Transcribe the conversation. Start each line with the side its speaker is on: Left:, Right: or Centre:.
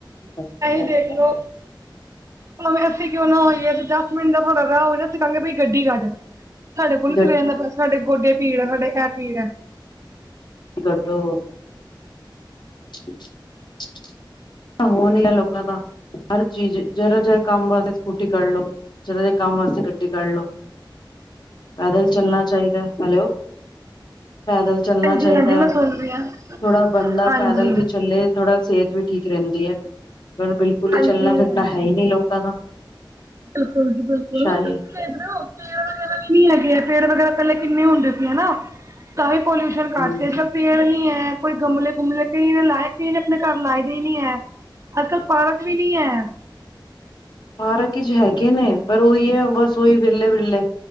Left: ਸਕਦਾ
Right: ਐ ਈ ਦੇਖਲੋ
Left: ਬੰਦਾ
Right: ਭਾਵੇਂ ਅਸੀਂ ਕਿਉਂ ਨਾ ਹੋਈਏ, ਅਸੀ ਦੱਸ ਮਿੰਟ ਦਾ ਤੁਹਾਡਾ ਰਾਹ ਹੋ, ਅਸੀਂ ਕਹਾਂਗੇ ਬਾਈ ਗੱਡੀ ਕੱਢ ਸਾਡੇ ਕੋਲ ਨਹੀ
Left: ਗੱਡੀ
Right: ਤੁਰੀਆ ਜਾਂਦਾ। ਬਸ ਸਾਡੇ ਗੋਡੇ ਪੀੜ ਹੈ। ਸਾਡੇ ਇਹ ਪੀੜ ਐ
Left: ਗੱਡੋ <inaudible> ਹੋ ਨ ਆ ਲੋਕਾਂ ਦਾ ਹਰ ਚੀਜ਼ ਜਰਾ ਜੀ ਕੰਮ ਵਾਸਤੇ ਸਕੂਟੀ ਕੱਢ ਲੋ ਜਿਰਾ ਜਿਹਾ ਕੰਮ ਵਾਸਤੇ ਗੱਡੀ ਕੱਢ ਲੋ, ਪੈਦਲ ਚੱਲਣਾ ਚਾਹੀਦਾ। ਹੈਲੋ ਪੈਦਲ ਚੱਲਣਾ
Right: ਹਾਂਜੀ
Left: ਚਾਹੀਦਾ
Right: ਹਾਂਜੀ ਮੈਂ
Left: ਹੈ।
Right: ਸੁਣ ਰਹੀ ਹਾਂ
Left: ਥੋੜਾ ਬੰਦਾ
Right: ਹਾਂਜੀ
Left: ਪੈਦਲ ਵੀ ਚੱਲੇ। ਥੋੜਾ ਸਿਹਤ ਵੀ ਠੀਕ ਰਹਿੰਦੀ ਐ। ਪਰ ਬਿਲਕੁਲ ਹੀ
Right: ਹਾਂਜੀ
Left: ਚੱਲਣਾ ਫਿਰਨਾ ਹੈ ਹੀ ਨਹੀ ਲੋਕਾਂ ਦਾ।
Right: ਬਿਲਕੁਲ ਜੀ, ਬਿਲਕੁਲ
Left: ਸ਼ਾਹੀ
Right: ਹੁਣ ਤੁਸੀਂ ਦੇਖ ਹੋ ਵਗੈਰਾ ਪੇੜ ਵਗੈਰਾ ਪਹਿਲੇ ਕਿੰਨੇ ਹੁੰਦੇ ਸੀ ਹਨਾ। ਤਾਂ ਵੀ ਪੋਲਿਊਸ਼ਨ ਕਰਦੇ
Left: ਹੂੰ
Right: ਪੇੜ ਨ ਹੈ। ਕੋਈ ਗਮਲੇ ਗੁਮਲੇ ਕਿਸੇ ਨੇ ਲਾਏ, ਕਿਸੇ ਨੇ ਆਪਣੇ ਘਰ ਲਾਏ ਦੇ ਹੀ ਨੀ ਐ। ਅੱਜ ਕੱਲ ਪਾਰਕ ਵੀ ਨੀ ਐ।
Left: ਪਾਰਕ ਝ ਹੈਗੇ ਨੇ, ਪਰ ਓਹੀ ਹੈ। ਬੱਸ ਉ ਓਹੀ ਵਿਰਲੇ-ਵਿਰਲੇ